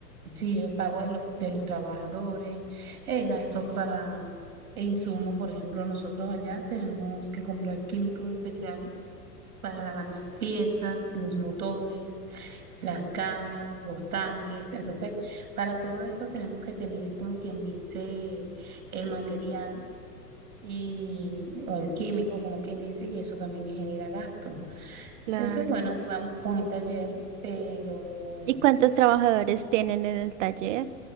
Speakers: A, on the right; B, on the right.
A: Sí, el pago de los, de los trabajadores, eh, gastos para e insumos. Por ejemplo, nosotros allá tenemos que comprar químicos especiales para lavar las piezas, los motores, las cajas, los tanques. Entonces, para todo esto tenemos que tener, como quien dice, el material y o el químico, como quien dice, y eso también genera gastos.
B: Claro.
A: Entonces, bueno, ahí vamos con el taller, pero...
B: ¿Y cuántos trabajadores tienen en el taller?